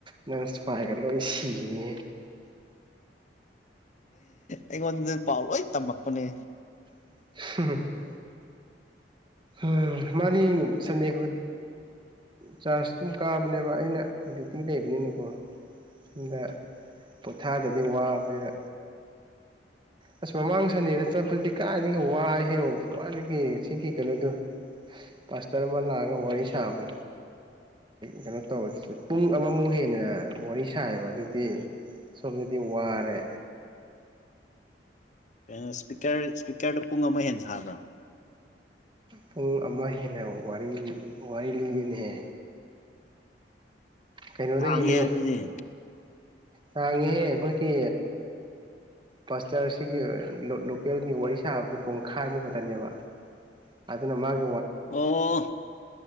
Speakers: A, on the right (about 30°); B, on the left (about 45°).
A: ꯅꯪꯄꯥꯏꯒ ꯂꯣꯏ ꯁꯤꯅꯤ
B: ꯑꯩꯉꯣꯟꯗ ꯄꯥꯎ ꯂꯣꯏ ꯇꯝꯃꯛꯄꯅꯦ
A: ꯎ ꯎꯝ ꯃꯥꯗꯤ ꯁꯟꯗꯦ ꯆꯥꯔꯖ ꯑꯗꯨꯝ ꯀꯥꯕꯅꯦꯕ ꯑꯩꯅ ꯇꯤ ꯂꯩꯕꯅꯤ ꯅꯀꯣ ꯁꯨꯝꯝꯗ ꯄꯣꯊꯥꯗꯗꯤ ꯋꯥꯕꯅꯤꯅ ꯑꯁ ꯃꯃꯥꯡ ꯁꯟꯗꯦꯗ ꯆꯠꯄꯗꯨꯗꯤ ꯀꯥꯏꯗꯒꯤ ꯋꯥꯏꯍꯦ ꯋꯥꯏꯗꯒꯤ ꯁꯤꯒꯤ ꯀꯩꯅꯣꯗꯨꯣ ꯄꯥꯁꯇꯔ ꯃꯥ ꯂꯒꯦ ꯋꯥ ꯁꯥꯕ ꯀꯩꯅꯣ ꯇꯧꯕ ꯄꯨꯡ ꯑꯃꯃꯨꯛ ꯍꯦꯟꯅ ꯋꯥꯔꯤ ꯁꯥꯏꯌꯦꯕ ꯑꯗꯨꯗꯤ ꯁꯨꯝ ꯌꯗꯤ ꯋꯥꯔꯔꯦ
B: ꯀꯩꯅꯣ ꯏꯁꯄꯤꯀꯔ ꯏꯁꯄꯤꯀꯔꯗꯨꯣ ꯄꯨꯡ ꯑꯃ ꯍꯦꯟꯅ ꯁꯥꯕ꯭ꯔꯥ
A: ꯄꯨꯡ ꯑꯃ ꯍꯦꯟꯅ ꯋꯥꯔꯤ ꯋꯥꯔꯤ ꯂꯤꯌꯦꯅꯤꯍꯦ ꯀꯩꯅꯣꯗꯒꯤꯅꯣ
B: ꯍꯥꯡꯉꯦ ꯑꯗꯨꯗꯤ
A: ꯍꯥꯡꯉꯤꯍꯦ ꯑꯩꯈꯣꯏꯒꯤ ꯄꯁꯇꯔꯁꯤꯒꯤ ꯂꯣꯀꯦꯜꯒꯤ ꯋꯥꯔꯤ ꯁꯥꯕꯗꯤ ꯄꯨꯡꯈꯥꯏꯃꯨꯛ ꯈꯛꯇꯅꯦꯕ ꯑꯗꯨꯅ ꯃꯥꯒ
B: ꯑꯣ